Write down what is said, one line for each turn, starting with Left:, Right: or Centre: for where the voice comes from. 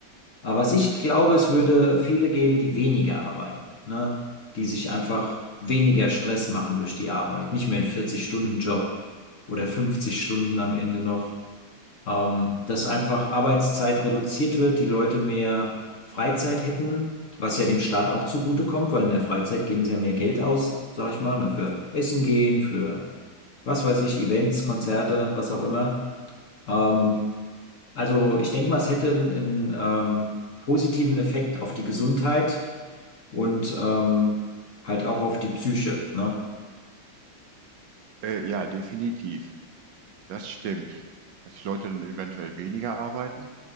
Left: Aber was ich glaube, es würde viele geben, die weniger arbeiten, ne? Die sich einfach weniger Stress machen durch die Arbeit, nicht mehr einen vierzig stunden job oder 50 Stunden am Ende noch. ähm, dass einfach Arbeitszeit reduziert wird, die Leute mehr Freizeit hätten, was ja dem Staat auch zugutekommt, weil in der Freizeit geben sie ja mehr Geld aus, sag ich mal, ne, für Essen gehen, für was weiß ich, Events, Konzerte, was auch immer. Ähm, also ich denke mal, es hätte einen, einen ähm, positiven Effekt auf die Gesundheit und ähm, halt auch auf die Psyche, ne?
Right: Äh, ja, definitiv. Das stimmt. Dass die Leute dann eventuell weniger arbeiten.